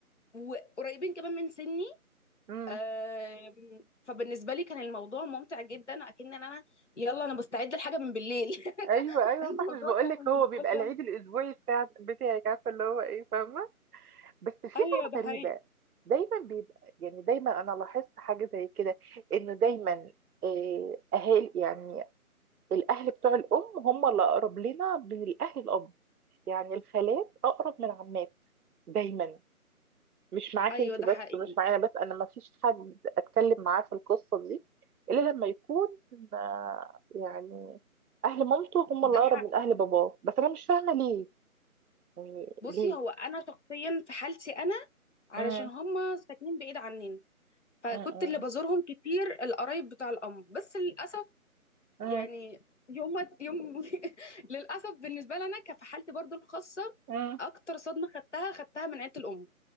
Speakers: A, on the left (about 50°); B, on the right (about 80°).
A: وقريبين كمان من سني
B: امم
A: آم، فبالنسبة لي كان الموضوع ممتع جدا أكن أنا يلا أنا مستعدة لحاجة من بالليل <laughs>
B: ايوه ايوه
A: الموضوع
B: صح مش بقول
A: كان
B: لك هو
A: بالنسبة
B: بيبقى
A: لي
B: العيد
A: يلا
B: الاسبوعي بتاع بتاعك عارفه اللي هو ايه فاهمه بس في
A: أيوه
B: حاجه
A: ده
B: غريبه
A: حقيقي
B: دايما بيبقى يعني دايما انا لاحظت حاجه زي كده انه دايما آه، اهالي يعني الاهل بتوع الام هم اللي اقرب لنا من الاهل الاب يعني الخالات اقرب من العمات دايما مش معاكي
A: أيوه
B: انت
A: ده
B: بس
A: حقيقي
B: مش معايا بس انا ما فيش حد اتكلم معاه في القصه دي الا لما يكون آه، يعني اهل مامته هم
A: ده
B: اللي اقرب
A: حقيقي
B: من اهل باباه بس انا مش فاهمه ليه يعني
A: بصي
B: ليه
A: هو انا شخصيا في حالتي انا علشان
B: امم
A: هما ساكنين بعيد عننا فكنت
B: امم
A: اللي بزورهم كتير القرايب بتاع الام بس للاسف
B: امم
A: يعني يوم يوم <laughs> للاسف بالنسبه لنا كفي حالتي برضو الخاصه
B: امم
A: اكتر صدمه خدتها خدتها من عيله الام